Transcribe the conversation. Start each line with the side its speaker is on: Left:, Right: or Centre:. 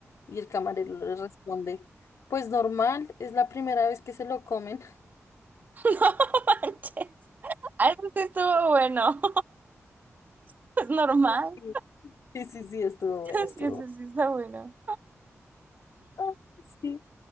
Left: Y el camarero le responde, pues normal, es la primera vez que se lo comen.
Right: <laughs> No manches. Ah, eso sí estuvo bueno. <laughs> Es normal.
Left: <laughs> Sí, sí, sí, sí, estuvo bueno,
Right: <laughs>
Left: estuvo
Right: Sí, eso
Left: bueno.
Right: sí está bueno.
Left: Ah, sí,